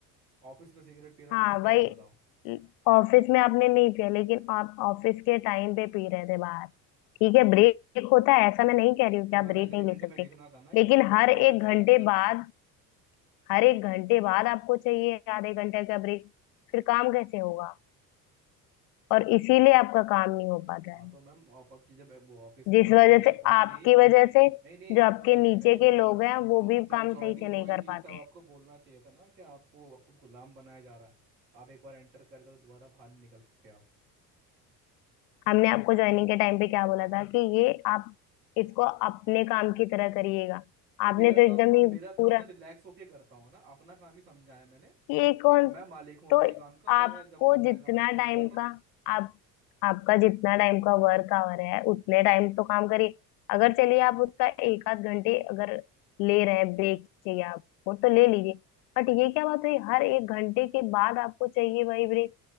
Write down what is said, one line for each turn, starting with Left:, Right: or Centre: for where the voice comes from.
Right: ऑफिस में सिगरेट पी रहा
Left: हाँ
Right: हूं तो देखिए
Left: वही
Right: तो आप बताओ
Left: ऑफिस में आपने नहीं पिया लेकिन आप ऑफिस के टाइम पे पी रहे थे बाहर ठीक है ब्रेक होता है ऐसा मैं नहीं कह रही हूँ
Right: तो
Left: कि आप
Right: मैम
Left: ब्रेक
Right: एग्रीमेंट
Left: नहीं ले सकते
Right: में लिखना था ना कि
Left: लेकिन
Right: आप ऑफ-
Left: हर एक
Right: ऑफिस
Left: घंटे
Right: के एंटर
Left: बाद हर एक घंटे बाद आपको चाहिए आधे घंटे का ब्रेक फिर काम कैसे होगा और इसीलिए आपका काम नहीं हो पाता
Right: हाँ
Left: है
Right: तो मैम ऑफ- आपकी जब वो ऑफिस
Left: जिस
Right: में
Left: वजह
Right: ज्वाइनिंग
Left: से
Right: हुई
Left: आपकी
Right: थी
Left: वजह से
Right: नहीं नहीं
Left: जो
Right: सुनो
Left: आपके
Right: तो सही
Left: नीचे
Right: मेरी बात
Left: के लोग हैं
Right: जो
Left: वो भी
Right: जब
Left: काम
Right: ज्वाइनिंग
Left: सही से
Right: हुई
Left: नहीं कर
Right: थी
Left: पाते
Right: तब आपको
Left: हैं
Right: बोलना चाहिए था ना कि आपको आपको गुलाम बनाया जा रहा है आप एक बार एंटर करके तो दोबारा बाहर नहीं निकल सकते आप
Left: हमने आपको ज्वाइनिंग के टाइम पे क्या बोला था कि ये आप इसको अपने काम की तरह करिएगा
Right: तो
Left: आपने
Right: मेरा
Left: तो एकदम
Right: काम और
Left: ही
Right: मेरा
Left: पूरा
Right: काम मैं रिलैक्स होके करता हूँ ना अपना काम ही समझाया मैंने
Left: ये कौन
Right: मैं मालिक हूँ अपने
Left: तो
Right: काम का
Left: आपको
Right: मेरा जब मन
Left: जितना
Right: करेगा मैं काम
Left: टाइम
Right: कर रहा हूँ
Left: का आप आपका जितना टाइम का वर्क आवर है उतने टाइम तो काम करिए अगर चलिए आप उसका एक आध घंटे अगर ले रहे हैं ब्रेक चाहिए आपको तो ले लीजिए बट ये क्या बात हुई हर एक घंटे के बाद आपको चाहिए वही ब्रेक